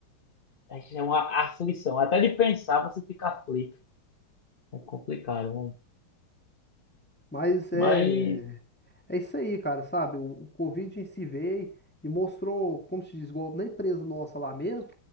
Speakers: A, on the left; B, in the centre.
A: É uma aflição. Até de pensar, você fica aflito. É complicado, né?
B: Mas é.
A: Mas,
B: É isso aí, cara, sabe? O, o Covid em si veio e mostrou, como se diz, igual na empresa nossa lá mesmo.